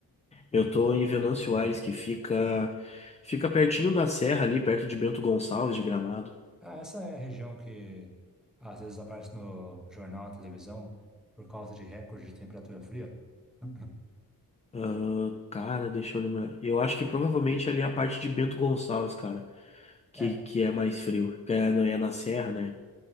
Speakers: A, on the left (about 20°); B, in the centre.
A: Eu tô em Venâncio Aires, que fica fica pertinho da serra ali, perto de Bento Gonçalves de Gramado.
B: Ah, essa é a região que às vezes aparece no jornal, na televisão, por causa de recorde de temperatura fria. <laughs>
A: Ah, cara, deixa eu lembrar. Eu acho que provavelmente ali é a parte de Bento Gonçalves, cara, que
B: É.
A: que é mais frio, que é, não é na serra, né?